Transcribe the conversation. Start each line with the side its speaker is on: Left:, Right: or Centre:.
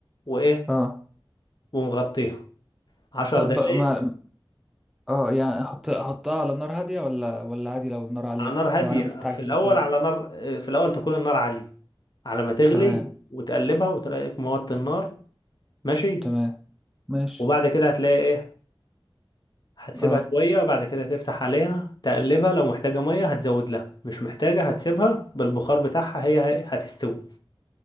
Left: وإيه
Centre: اه
Left: ومغطيها عشر
Centre: طب
Left: دقايق
Centre: ما اه يعني احط احطها على نار هادية ولا ولا عادي لو النار عالية
Left: على نار هادية
Centre: لو انا مستعجل
Left: في الأول
Centre: مثلا
Left: على نار في الأول تكون النار عالية على ما تغلي
Centre: تمام
Left: وتقلبها وتلاقيك موطي النار ماشي
Centre: تمام ماشي
Left: وبعد كده هتلاقي إيه هتسيبها
Centre: اه
Left: شوية بعد كده تفتح عليها تقلبها لو محتاجة مية هتزود لها مش محتاجة هتسيبها بالبخار بتاعها هي هي- هتستوي